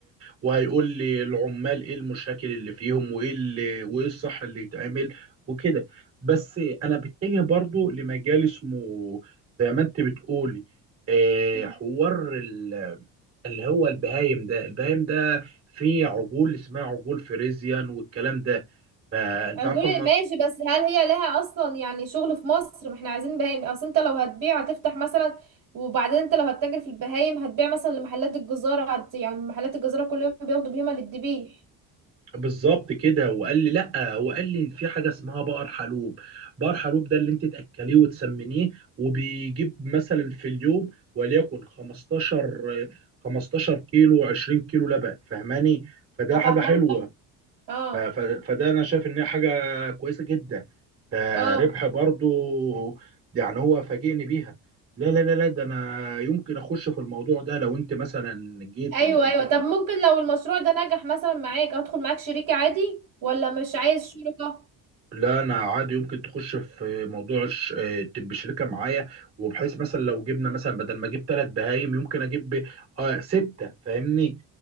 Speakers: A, on the right; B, on the right.
A: وهيقول لي العمال ايه المشاكل اللي فيهم وايه اللي... وايه الصح اللي يتعمل وكده بس انا بتجه برضو لمجال اسمه زي ما انت بتقولي آه
B: مم.
A: حوار ال... اللي هو البهايم ده البهايم ده فيه عجول اسمها عجول فريزيان والكلام ده فانت
B: اقول
A: عارفه
B: ماشي بس هل هي لها اصلا يعني شغل في مصر ما احنا عايزين بهايم اصل انت لو هتبيع هتفتح مثلا وبعدين انت لو هتتاجر في البهايم هتبيع مثلا لمحلات الجزارة هت- يعني محلات الجزارة كل يوم بياخدوا بهيمة للذبيح
A: بالظبط كده وقال لي لا هو قال لي في حاجه اسمها بقر حلوب بقر حلوب ده اللي انت تاكليه وتسمنيه وبيجيب مثلا في اليوم وليكن 15 15 كيلو 20 كيلو لبن فاهماني فده
B: افهمك
A: حاجه حلوه
B: طبعا اه
A: ف- ف- فده انا شايف ان هي حاجه كويسه جدا فربح
B: اه
A: برضو يعني هو فاجئني بيها لا لا لا لا ده انا يمكن اخش في الموضوع ده لو انت مثلا جيتي
B: ايوه
A: البقر
B: ايوه طب ممكن لو المشروع ده نجح مثلا معاك ادخل معاك شريك عادي ولا مش عايز شركة
A: لا انا عادي يمكن تخش في موضوع الش- آه، تبقى شركه معايا وبحيث مثلا لو جبنا مثلا بدل ما اجيب ثلاث بهايم يمكن اجيب اه سته فاهمني